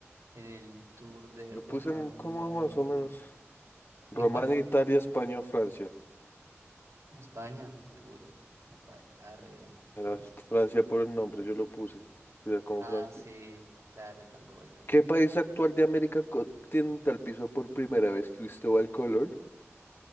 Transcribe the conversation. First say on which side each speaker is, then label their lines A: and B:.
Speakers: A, on the right; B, on the left.
A: En el Tour de
B: Yo puse
A: Romania.
B: un- como más
A: ¿En,
B: o menos
A: el- ¿en
B: Romania,
A: cuál?
B: Italia, España, Francia.
A: En España, seguro. No, paila. Ah, re bien.
B: Era
A: Francia.
B: Francia por el nombre, yo lo puse. Era como
A: Ah,
B: Francia.
A: sí, claro, tampoco yo.
B: ¿Qué país actual de América continental pisó por primera vez Cristóbal Colón?